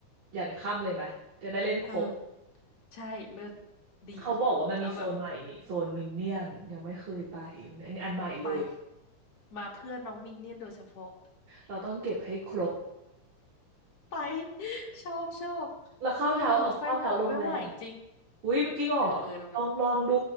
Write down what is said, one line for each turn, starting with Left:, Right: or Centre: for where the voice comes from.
Right: ยันค่ำเลยไหมจะได้เล่นครบ
Left: เออใช่เลิศดี
Right: เขาบอกว่ามันมีโซนใหม่นี่โซนมินเนี่ยนยังไม่เคยไปมันอันอันใหม่เลย
Left: เอาแบบไป มาเพื่อนน้องมินเนี่ยนโดยเฉพาะ
Right: เราต้องเก็บให้ครบ
Left: ไป <laughs> ชอบชอบ
Right: แล้วข้าวเช้าออกข้าวเช้าโรงแรม
Left: แต่รถไฟเหาะไม่ไหวจริง
Right: อุ๊ยจริงเหรอลองลองดู
Left: เออเออลงมา